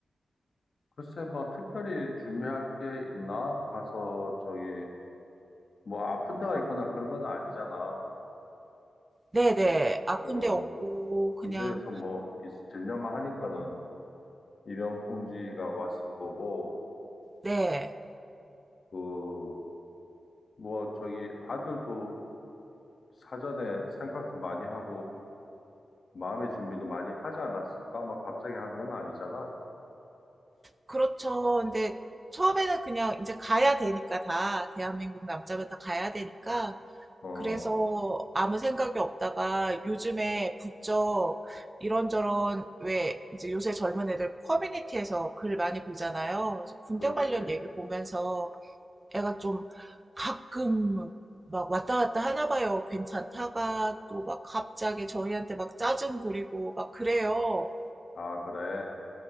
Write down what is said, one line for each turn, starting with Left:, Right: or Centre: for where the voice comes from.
Left: 글쎄, 뭐, 특별히 준비할 게 있나? 가서, 저기, 뭐, 아픈 데가 있거나 그런 건 아니잖아.
Right: 네네 아픈
Left: 어,
Right: 데 없고 그냥
Left: 군대에서 뭐, 있- 들려만 하니까는 입영 통지가 왔을 거고,
Right: 네
Left: 그, 뭐, 저기, 아들도 사전에 생각도 많이 하고, 마음의 준비도 많이 하지 않았을까? 막 갑자기 하는 건 아니잖아.
Right: 그렇죠 근데 처음에는 그냥 이제 가야 되니까 다 대한민국 남자면 다 가야 되니까
Left: 어.
Right: 그래서 아무 생각이 없다가 요즘에 부쩍 이런저런 왜 이제 요새 젊은 애들 커뮤니티에서 글 많이 보잖아요. 그래서 군대
Left: 그렇지.
Right: 관련 얘기 보면서 애가 좀 가끔 막 왔다 갔다 하나 봐요. 괜찮다가 또 막 갑자기 저희한테 막 짜증 부리고 막 그래요.
Left: 아, 그래.